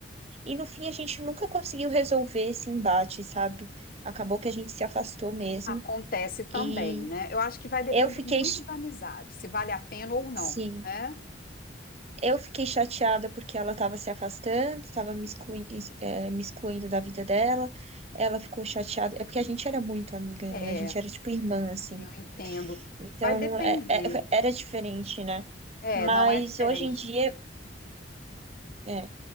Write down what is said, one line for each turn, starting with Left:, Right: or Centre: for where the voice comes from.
Right: e no fim a gente nunca conseguiu resolver esse embate, sabe? Acabou que a gente se afastou mesmo.
Left: Acontece também,
Right: E
Left: né? Eu acho que vai depender
Right: eu fiquei,
Left: muito da amizade, se vale a pena ou não,
Right: sim,
Left: né?
Right: Eu fiquei chateada porque ela estava se afastando, estava me excluindo, me excluindo da vida dela. Ela ficou chateada. É porque a gente era muito amiga,
Left: É,
Right: né? A gente era tipo irmã, assim.
Left: eu entendo.
Right: Então,
Left: Vai depender.
Right: é- é- era diferente, né?
Left: É,
Right: Mas
Left: não é diferente.
Right: hoje em dia, é,